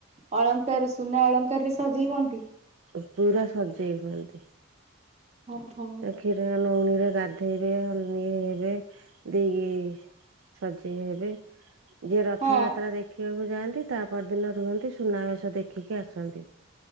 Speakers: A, on the right; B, on the right.
A: ଅଳଙ୍କାରରେ ସୁନା ଅଳଙ୍କାରରେ ସଜେଇ ହୁଅନ୍ତି।
B: ଉ ପୁରା ସଜେଇ ହୁଅନ୍ତି।
A: ଅ ହ।
B: କ୍ଷୀର ନଉଣୀରେ ଗାଧେଇବେ ହଳଦୀ ହେବେ ଦେଇକି ସଜେଇ ହେବେ। ଯିଏ ରଥଯାତ୍ରା
A: ହଁ
B: ଦେଖିବାକୁ ଯାଆନ୍ତି ତା ପରଦିନ ରୁହନ୍ତି ସୁନାବେଶ ଦେଖିକି ଆସନ୍ତି।